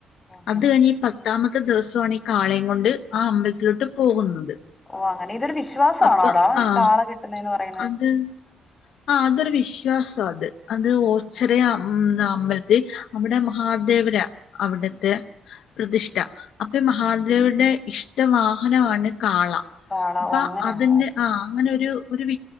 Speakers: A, on the left; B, on the left.
A: ഓ അങ്ങനെ
B: അത് കഴിഞ്ഞ ഈ പത്താമത്തെ ദിവസമാണ് ഈ കാളയും കൊണ്ട് ആ അമ്പലത്തിലോട്ട് പോകുന്നത്
A: ഓ അങ്ങനെ ഇതൊരു വിശ്വാസമാണോടാ
B: അപ്പൊ ആഹ്
A: ഈ കാള കെട്ടുന്നേന്ന് പറയുന്നെ
B: അത് ആ അതൊരു വിശ്വാസം അത് അത് ഓർച്ചെറിയ
A: ഓ അങ്ങനെ
B: അമ്പലത്തിൽ അവിടെ മഹാദേവര അവിടത്തെ പ്രതിഷ്ഠ അപ്പ ഈ മഹാ മാതരയുടെ ഇഷ്ട വാഹനമാണ് കാള
A: കാള
B: അപ്പൊ
A: ഓ അങ്ങനെയാണോ
B: അതിന്റെ
A: ഓക്കെ
B: ആ അങ്ങനെ ഒരു വി